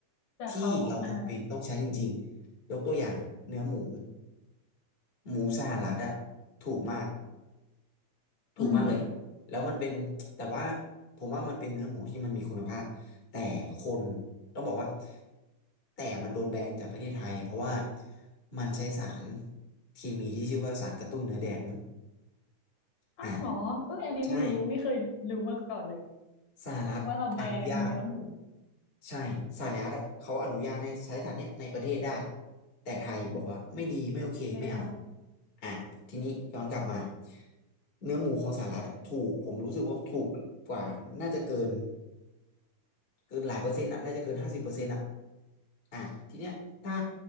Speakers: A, on the left; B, on the left.
A: แต่เขาอ่า
B: ที่เราจำเป็นต้องใช้จริงๆยกตัวอย่างเนื้อหมู หมูสหรัฐอะถูกมากถูกมากเลย
A: อืม
B: แล้วมันเป็นแต่ว่าผมว่ามันเป็นเนื้อหมูที่มันมีคุณภาพแต่คนต้องบอกว่าแต่มันโดนแบนจากประเทศไทยเพราะว่ามันใช้สารเคมีที่ชื่อว่าสารกระตุ้นเนื้อแดงมั้ง
A: อ้าวเหรอเอ้ยอันนี้ไม่รู้ไม่เคยรู้มาก่อนเลย
B: อ่าใช่สหรัฐอนุญาต
A: ว่าเราแบนเนื้อหมู
B: ใช่สายลัดอะเขาอนุญาตให้ใช้สัตว์เนี้ยในประเทศได้แต่ไทยบอกว่าไม่ดีไม่โอเคไม่เอา
A: ไม่ได้
B: อ่ะทีนี้ย้อนกลับมาเนื้อหมูของสหรัฐอะถูกผมรู้สึกว่าถูกกว่าน่าจะเกิน เกินหลายเปอร์เซ็นต์อ่ะน่าจะเกินห้าสิบเปอร์เซ็นต์อ่ะอ่ะทีเนี้ยถ้า